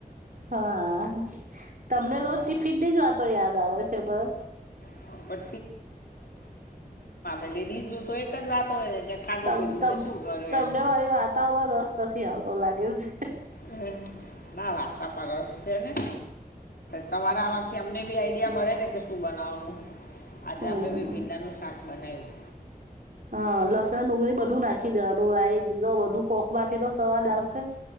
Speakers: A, on the right; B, on the left.
A: હા તમને
B: હા
A: તોજ ટિફિટની જ વાતો યાદ આવે છે પર.
B: <unintelligible> એ લેડીઝ નું તો એક જ વાત હોય ને કે ખાધું
A: તમ
B: પીધું
A: તમ
B: ને શું કર્યું
A: તમને
B: એમ
A: <unintelligible>
B: હ. ના વાર્તામાં રસ છે નેે તમારામાંથી અમને બી આઈડિયા મળે ને કે શું બનાવો <unintelligible> આજે
A: હમ
B: અમે
A: હમ.
B: ભી ભિન્ડાનું શાટ બનાયું.
A: હા, લસણ, ડુંગરી બધું નાખી દેવાનું, રાય બધું કોક માંથી તો સવાદ આવશે.